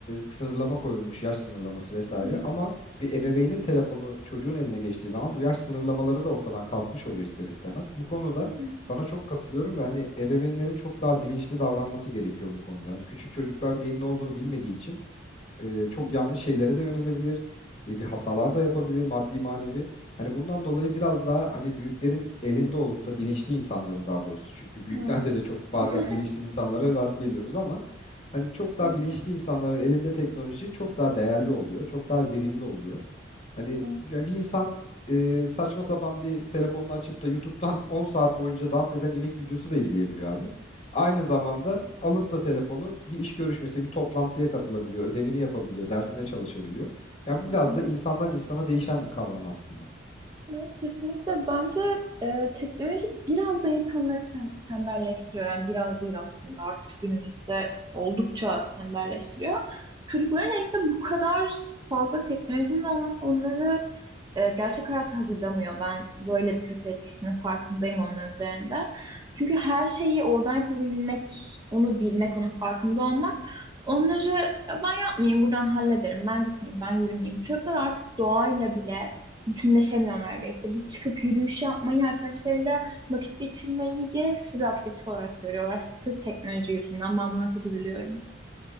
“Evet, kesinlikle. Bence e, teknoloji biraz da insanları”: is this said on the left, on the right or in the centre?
Right